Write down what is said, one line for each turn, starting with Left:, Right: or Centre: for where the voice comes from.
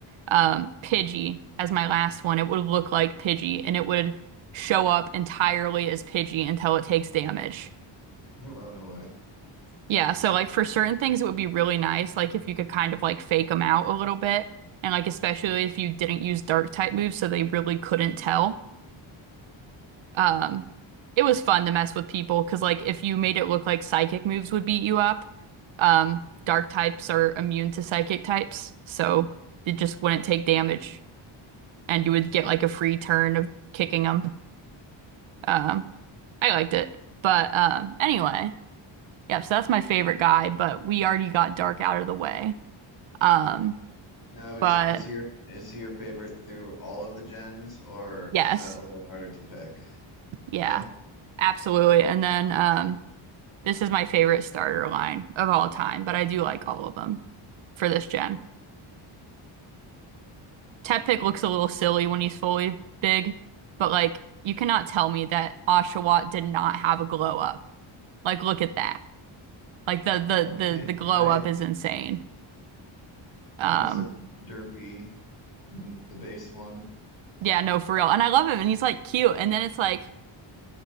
Right: um Pidgey as my last one, it would look like Pidgey and it would show up entirely as Pidgey until it takes damage.
Left: Oh, wow, no way.
Right: Yeah, so like for certain things, it would be really nice, like if you could kind of like fake them out a little bit, and like especially if you didn't use dark type moves, so they really couldn't tell. Um, it was fun to mess with people because like if you made it look like psychic moves would beat you up, um, dark types are immune to psychic types, so it just wouldn't take damage, and you would get like a free turn of kicking them. Um, I liked it, but um, anyway, yep. So that's my favorite guy, but we already got dark out of the way. Um,
Left: Now is
Right: but
Left: is he your is he your favorite through all of the gens or
Right: yes,
Left: is that a little harder to pick?
Right: yeah,
Left: Yeah.
Right: absolutely. And then um, this is my favorite starter line of all time, but I do like all of them for this gen. Teppick looks a little silly when he's fully big, but like you cannot tell me that Oshawott did not have a glow up. Like look at that. Like the the
Left: Oh
Right: the
Left: <laughs> yeah,
Right: the glow
Left: right.
Right: up is insane. Um,
Left: It almost looks derpy in the base one.
Right: yeah, no, for real. And I love him, and he's like cute. And then it's like